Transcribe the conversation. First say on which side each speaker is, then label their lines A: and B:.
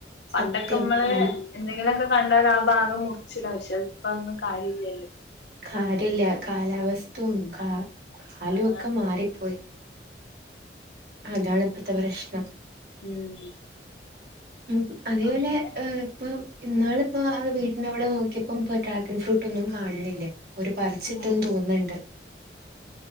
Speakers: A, on the right; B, on the left.
A: സത്യം
B: പണ്ടൊക്കെ മ്മള്
A: പല
B: എന്തെങ്കിലൊക്കെ കണ്ടാല ആ ഭാഗം മുറിച്ചിടാ പക്ഷെ പ്പതൊന്നും കാര്യല്ലല്ലോ.
A: കാര്യല്ല കാലാവസ്തും
B: ഉം
A: കാ കാലും
B: ആഹ്
A: ഒക്കെ മാറിപ്പോയി. അതാണ്പ്പത്തെ പ്രശ്ണം.
B: ഉം
A: ഉഅതേ പോലെ
B: അങ്ങനെ
A: ഇപ്പൊ ഇന്നാളിപ്പോ വീട്ടിനവിടെ നോക്കിയപ്പം ഇപ്പ ഡ്രാഗൺ ഫ്രൂട്ട് ഒന്നും കാണുന്നില്ല ഓര് പറിച്ച്ട്ട്ന്ന്
B: ഓ
A: തോന്ന്ണ്ട്